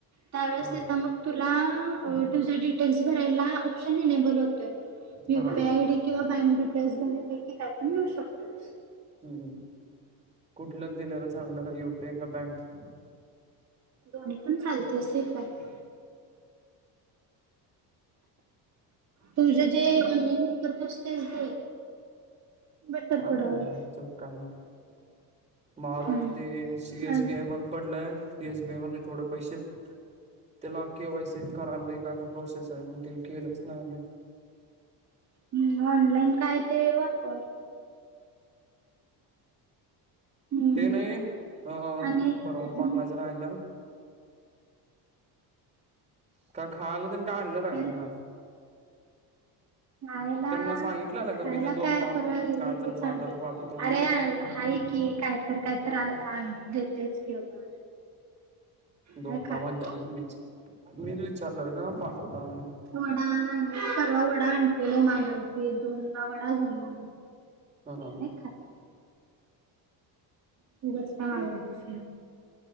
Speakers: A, on the right; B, on the right.
A: त्यावेळेस
B: हा
A: तिथं मग तुला तुझ्या डिटेल्स भरायला ऑप्शन एनेबल होतय यु
B: हा
A: पी आय डी. किंवा बँक डिटेल्स भरा पैकी काय पण देेऊ शकतोस.
B: हम् कुठलं दिलेलं चांगलं यु पी आय का बँक?
A: दोन्ही पण चालते सेफ आहे. तुझ जे ऑनलाईन वापरतोस तेच दे. बेटर
B: काय
A: पडल
B: मागायचं काय नाही मागावं
A: हम्म
B: ते सी एस
A: आणि
B: बीआय बण पडलाय एस बी आय मध्ये थोड पैसे आहेत त्याला के वाय सी करायला लय काय काय प्रोसेस आहे मग ते केलंच नाय नाही अजून.
A: हम्म ऑनलाईन काय ते वापर. हम्म
B: ते नाही अ
A: आणि हम्म,
B: परवा पाठवायचं राहिलं. काय खायला तेनी आणलं का
A: काय
B: घरात?
A: नाय ना
B: त्यांना सांगितलेलं
A: खायला
B: ग मीन दोनदा
A: काय परवा लगेच
B: काय तर पाठवतो
A: आणलं
B: पाठवतो म्हणून
A: अरे हाय की कायतर कायतर आ देतेच की बघा.
B: दोनदा
A: नाय खात.
B: म्हणलेलं मीच मीच विचारलं ना पाठवू का म्हणून
A: वडा परवा वडा आणलेलो मागालती दोनदा वडा झाला.
B: हा ह
A: नाय खात. उगाच का मागवतेस.